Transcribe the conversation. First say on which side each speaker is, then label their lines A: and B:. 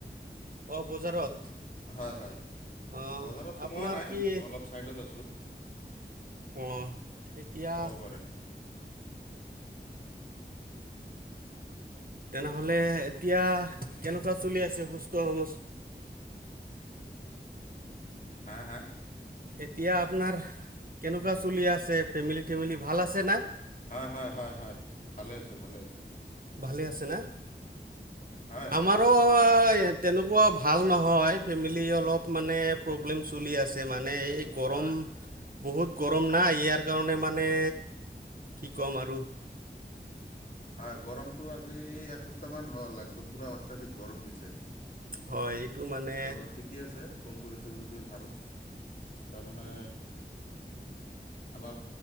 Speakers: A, on the right; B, on the left.
A: অহ, বজাৰত।
B: হয়, হয়।
A: অঁ
B: বজাৰত সোমোৱা
A: আপোনাৰ
B: নাই
A: কি
B: অলপ ছাইডত আছোঁ।
A: অহ, এতিয়া
B: ক'ব পাৰে
A: তেনেহ'লে এতিয়া কেনেকুৱা চলি আছে সুস্থ সম
B: হা, হা?
A: এতিয়া আপোনাৰ কেনেকুৱা চুলি আছে ফেমিলি-থেমিলি ভাল আছে না।
B: হয়, হয়, হয়, হয়। ভালে আছোঁ ভালে আছোঁ।
A: ভালে আছে না,
B: হয় হয়
A: আমাৰো তেনেকুৱা ভাল নহয়, ফেমিলি অলপ মানে প্ৰব্লেম চলি আছে মানে এই গৰম
B: হয়
A: বহুত গৰম না, ইয়াৰ কাৰণে মানে কি কম আৰু।
B: হয় গৰমতটো আজি এসপ্তাহ মান হ'ল একদম পুৰা অত্যাধিক গৰম দিছে।
A: হয়। মানে
B: ত' ঠিকে আছে ফোন কৰিছে যদি ভাল। তাৰমানে আমাৰ